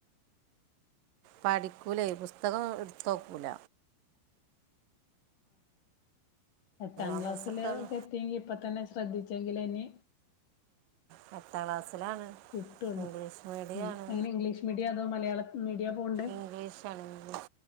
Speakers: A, on the right; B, on the left.
A: പഠിക്കൂലൈ പുസ്തകം എടുത്തോ ക്കൂല
B: പത്താം
A: അവസിട്ടാണ്
B: ക്ലാസ്സിലൊ ക്കെ എത്തിയെങ്കി ഇപ്പൊ തന്നെ ശ്രദ്ധിച്ചെങ്കിലെ ഇനി
A: പത്താം ക്ലാസ്സിലാണ്
B: കിട്ടുള്ളു
A: ഇംഗ്ലീഷ് മീഡിയമാണ്
B: മ് എങ്ങനെ ഇംഗ്ലീഷ് മീഡിയ അതോ മലയാള മീഡിയ പോണ്ടേ
A: ഇംഗ്ലീഷാണ് ഇംഗ്ലീഷ്